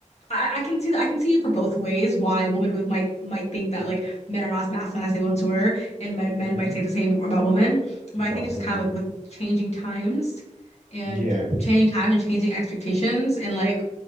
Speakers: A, on the left (about 55°); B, on the right (about 85°).
A: I, I can see that I can see it for both ways why women would, might might think that like men are not as masculine as they once were, and men, men
B: hmm
A: might say the same about women. But
B: About
A: I think it's
B: women.
A: just kind of like with changing times and
B: Yes.
A: changing times and changing expectations and like